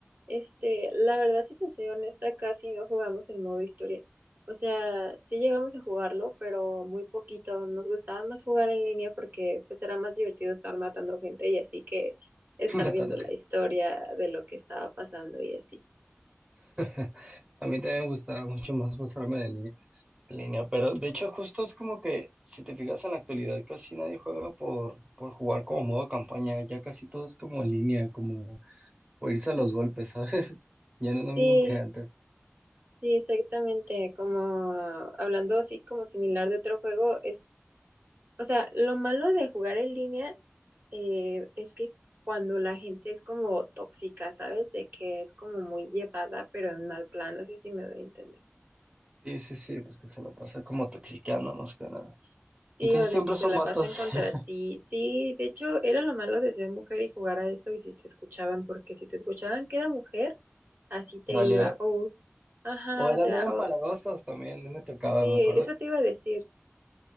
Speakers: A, on the right; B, on the right.
A: Este, la verdad, si te soy honesta, casi no jugamos el modo historia. O sea, sí llegamos a jugarlo, pero muy poquito. Nos gustaba más jugar en línea porque pues era más divertido estar matando gente y así que estar
B: <laughs> Matando
A: viendo la
B: gente.
A: historia de lo que estaba pasando y así.
B: <laughs> A mí también me gustaba mucho más pasarme de niño. en línea, pero de hecho justo es como que si te fijas en la actualidad casi nadie juega por, por jugar como modo campaña, ya casi todo es como en línea, como por irse a los golpes, ¿sabes? <laughs> Ya no es lo
A: Sí,
B: mismo que antes.
A: sí, exactamente. Como ah, hablando así como similar de otro juego, es O sea, lo malo de jugar en línea eh, es que cuando la gente es como tóxica, ¿sabes? De que es como muy llevada, pero en mal plan, no sé si me doy a entender.
B: Sí, sí, sí, pues que se lo pasa como toxiqueando más que nada.
A: Sí,
B: Y casi
A: o
B: siempre
A: de que se
B: son
A: la
B: vatos,
A: pasan contra
B: <laughs>
A: ti. Sí, de hecho, era lo malo de ser mujer y jugar a eso y si te escuchaban, porque si te escuchaban que era mujer, así te
B: valía.
A: iba. O, ajá,
B: O eran
A: o sea,
B: bien empalagosos
A: o,
B: también, no me tocaba,
A: sí,
B: me acuerdo
A: eso te iba a decir.